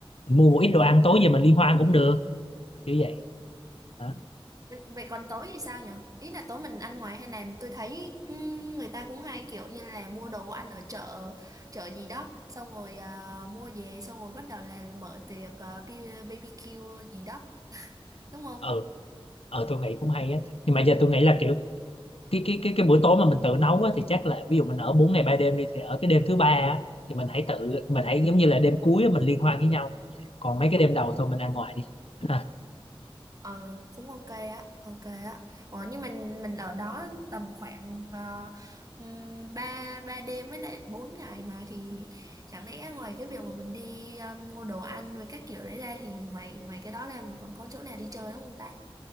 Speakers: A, on the left; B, on the right.
A: mình mua một ít đồ ăn tối về mình liên hoan cũng được kiểu vậy hả
B: Vậy còn tối thì sao nhở? Ý là tối mình ăn ngoài hay là tôi thấy ừ, người ta cũng hay kiểu như là mua đồ ăn ở chợ chợ gì đó, xong rồi à, mua về xong rồi bắt đầu là mở tiệc à, bi- BBQ gì đó, đúng không?
A: ừ ờ tôi nghĩ cũng hay á nhưng mà giờ tôi nghĩ là kiểu cái cái cái cái buổi tối mà mình tự nấu á, thì chắc là ví dụ mình ở 4 ngày 3 đêm đi thì ở cái đêm thứ ba á, thì mình hãy tự mình hãy giống như là đêm cuối á, mình liên hoan với nhau còn mấy cái đêm đầu thôi mình ăn ngoài đi ha
B: Ờ cũng ok á, ok á. Ủa nhưng mình mình ở đó tầm khoảng uh, 3 ba ba đêm với lại 4 ngày mà thì chẳng lẽ ngoài cái việc mà mình đi à, mua đồ ăn với các kiểu đấy ra thì ngoài ngoài cái đó ra mình còn có chỗ nào đi chơi đúng không ta?